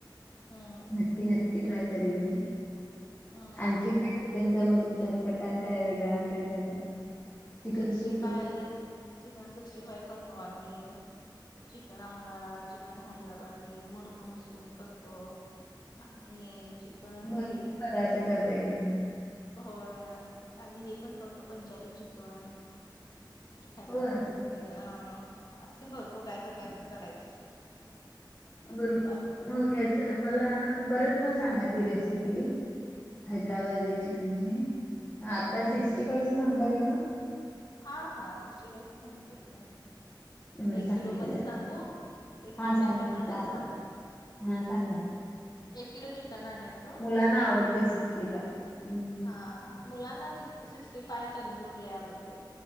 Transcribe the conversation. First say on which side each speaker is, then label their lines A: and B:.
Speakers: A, on the left; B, on the left.
A: हा
B: नक्की नक्की ट्राय करेन मी
A: हम्म
B: आणखी का चिकनचा मग तुमच्या प्रकार काय वेगळा आणि काय करताय. चिकन
A: सिक्स्टी
B: सूप वगैरे
A: फाय चन सिक्स्टी फाय करतो आम्ही चिकन अंगारा, चिकन हैदराबाददी, मुरब मुस्लिम करतो. आणि चिकन
B: भरपूर
A: हे.
B: पदार्थ करताय की तुम्ही
A: हो आणि हे पण करतो. पंजाबी चिकन हैदराबादला
B: होय
A: अ असे भरपूर काय तर काय तर करायचं. असं
B: बर
A: चालू
B: मग ह्याच मला परत मग सांगा ती रेसिपी हैदराबाद चिकनची आता सिक्स्टी फाई ची सांगता काय मग
A: हा हा सिक्स्टी फाय ची सांगते की,
B: बरं
A: एक
B: सांगा
A: किलो मध्ये
B: की जरा
A: सांगू एक किलोच्या
B: हा सांगा
A: प्रमाण
B: की चालतंय
A: मध्ये सांगू
B: हा सांगा,
A: एक किलो चिकन आणायचं
B: मुलांना आवडते सिक्स्टी फाय हम्
A: हा हा मुलांना सिक्स्टी फाय, तंदुर लाय आवडते.